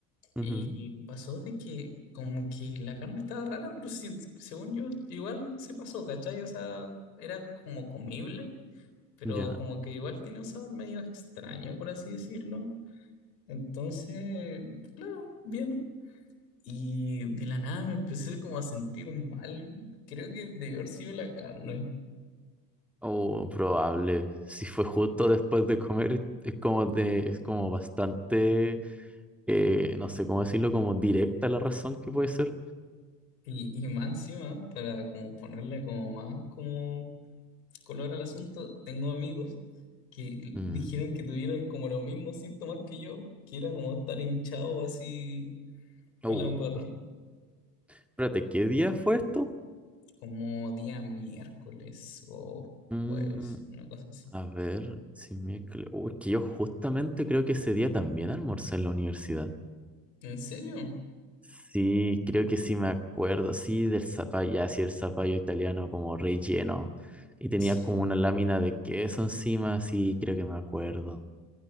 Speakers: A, on the left; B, in the centre.
A: Y
B: Ujú,
A: pasó de que como que la carne estaba rara, pero sí, según yo, igual se pasó, ¿cachai? O sea, era como comible, pero
B: Ya.
A: como que igual tenía un sabor medio extraño, por así decirlo. Entonces, claro, bien. Y de la nada me empecé como a sentir mal. Creo que debió haber sido la carne.
B: O probable. Si fue justo después de comer, es como de, es como bastante, eh, no sé cómo decirlo, como directa la razón que puede ser.
A: Y, y más encima, para como ponerle como más como color al asunto, tengo amigos que
B: Mm.
A: dijeron que tuvieron como los mismos síntomas que yo, que era como estar hinchado así
B: Oh.
A: para la embarra,
B: Espérate, ¿qué día fue esto?
A: como día miércoles o
B: Mm.
A: jueves, una cosa así.
B: A ver, si miércoles. Uy, que yo justamente creo que ese día también almorcé en la universidad.
A: ¿En serio?
B: Sí, creo que sí me acuerdo. Sí, del zapallo, ya, sí, el zapallo italiano como relleno. Y tenía
A: Sí,
B: como una lámina de queso encima. Sí, creo que me acuerdo.